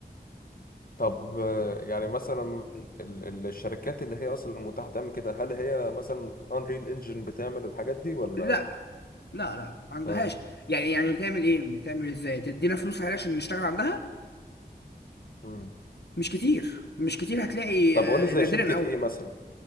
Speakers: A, on the left; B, on the left.
A: طب آه، يعني مثلا ال- ال- الشركات اللي هي اصلا متاحه تعمل كده هل هي مثلا انريل انجن بتعمل الحاجات دي ولا
B: لا لا لا ما عندهاش
A: اه
B: يعني يعني تعمل ايه تعمل ازاي تدينا فلوس عليها عشان نشتغل عندها
A: مم.
B: مش كتير مش كتير هتلاقي
A: طب
B: آه،
A: قول لي زي
B: نادرا
A: شركه
B: قوي
A: ايه مثلا